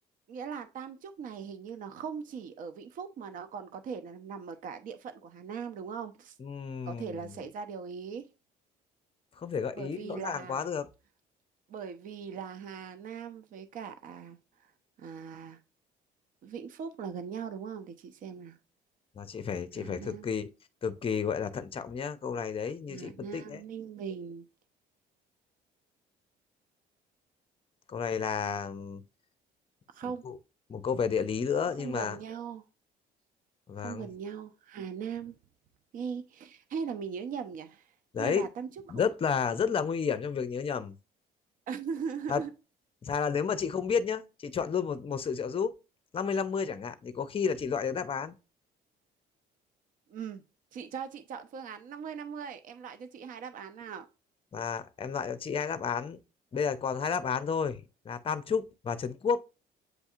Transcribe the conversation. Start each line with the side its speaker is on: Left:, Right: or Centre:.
Right: nghĩa là Tam Trúc này hình như nó không chỉ ở Vĩnh Phúc mà nó còn có thể là nằm ở cả địa phận của Hà Nam đúng không?
Left: Ừm,
Right: Có thể là xảy ra điều ý
Left: không thể gợi
Right: bởi
Left: ý
Right: vì
Left: rõ
Right: là
Left: ràng quá được
Right: bởi vì là Hà Nam với cả à, Vĩnh Phúc là gần nhau đúng không? Để chị xem nào.
Left: mà chị phải
Right: Hà
Left: chị phải
Right: Nam,
Left: cực kỳ cực kỳ gọi là thận trọng nhá câu này đấy như
Right: Hà
Left: chị phân
Right: Nam,
Left: tích đấy
Right: Ninh Bình
Left: câu này là ừm,
Right: không
Left: một câu, một câu về địa lý nữa
Right: nó không
Left: nhưng mà
Right: gần nhau
Left: vâng
Right: không gần nhau Hà Nam nghe hay là mình nhớ nhầm nhỉ
Left: đấy
Right: hay là Tam Trúc
Left: rất
Right: không
Left: là rất là nguy hiểm trong việc nhớ nhầm
Right: <laughs>
Left: thật ra là nếu mà chị không biết nhá chị chọn luôn một một sự trợ giúp năm mươi năm mươi chẳng hạn thì có khi là chị loại được đáp án
Right: ừ. chị cho chị chọn phương án năm mươi năm mươi em loại cho chị hai đáp án nào
Left: và em loại cho chị hai đáp án bây giờ còn hai đáp án thôi là Tam Trúc và Trấn Quốc